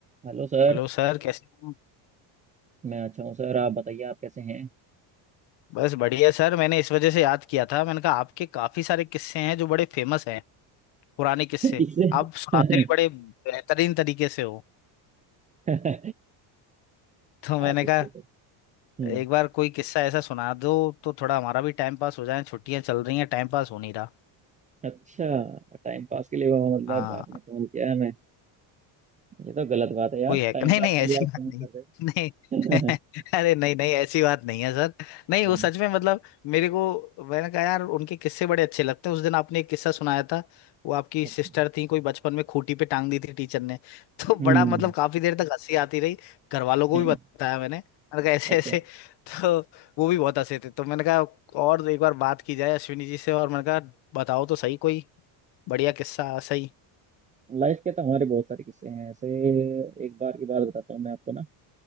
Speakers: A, on the right; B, on the left.
A: Hello sir
B: Hello sir कैसे हैं
A: मैं अच्छा हूँ सर आप बताइए आप कैसे हैं
B: बस बढ़िया सर मैंने इस वजह से याद किया था मैंने कहा आपके काफी सारे किस्से हैं जो बड़े फेमस हैं पुराने किस्से
A: <laughs> किससे
B: आप सुनाते
A: <laughs>
B: भी बड़े बेहतरीन तरीके से हो
A: क्या
B: तो मैंने
A: किससे
B: कहा
A: तो हम्म
B: एक बार कोई किस्सा ऐसा सुना दो तो थोड़ा हमारा भी टाइम पास हो जाए छुट्टियां चल रही हैं टाइम पास हो नहीं रहा
A: अच्छा टाइम पास के लिए वो मतलब
B: हाँ।
A: आपने फोन किया है हमें ये तो गलत बात है यार
B: कोई है
A: टाइम
B: नहीं
A: पास
B: नहीं
A: के
B: ऐसी
A: लिए आप
B: बात
A: फोन
B: नहीं
A: कर रहे
B: नहीं
A: हो
B: <laughs>
A: <laughs>
B: अरे नहीं नहीं ऐसी बात नहीं है सर नहीं
A: हम्म,
B: वो सच में मतलब मेरे को मैंने कहा यार उनके किस्से बड़े अच्छे लगते हैं उस दिन आपने एक किस्सा सुनाया था वो आपकी
A: अच्छा
B: सिस्टर थी कोई बचपन में खूंटी पे टांग दी थी टीचर ने <laughs> तो
A: हम्म
B: बड़ा मतलब काफी देर तक हंसी आती रही घर वालों
A: <laughs>
B: को भी बताया मैंने मैंने कहा ऐसे
A: अच्छा
B: ऐसे <laughs> तो वो भी बहुत हंसे थे तो मैंने कहा और एक बार बात की जाए अश्विनी जी से और मैंने कहा बताओ तो सही कोई बढ़िया किस्सा सही
A: लाइफ के तो हमारे बहुत सारे किस्से हैं ऐसे एक बार की बात बताता हूँ मैं आपको ना